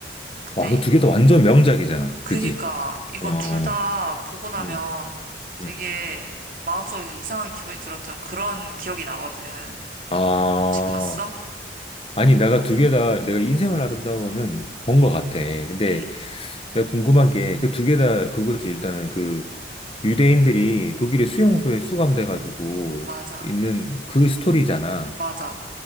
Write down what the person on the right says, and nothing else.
근데
이
그니까
이거
둘 다 보고 나면
되게
마음속에서 이상한 기분이 들었던 그런 기억이 나거든.
혹시 봤어?
응,
맞아,
맞아,